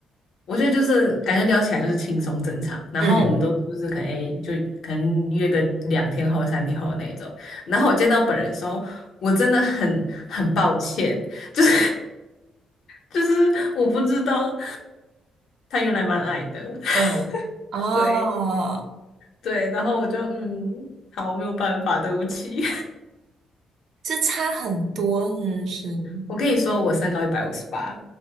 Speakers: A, on the left; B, on the right.
A: 我觉得就是感觉聊起来就是轻松正常，然后我们都是就是可能诶就可能约个两天后三天后的那种，
B: 嗯
A: 然后我见到本人的时候，我真的很很抱歉，就是就是我不知道他原来蛮矮的，<laughs>
B: 嗯，哦，
A: 对对，然后我就嗯好没有办法，对不起。
B: 这差很多，是不是。
A: 我跟你说，我身高一百五十八，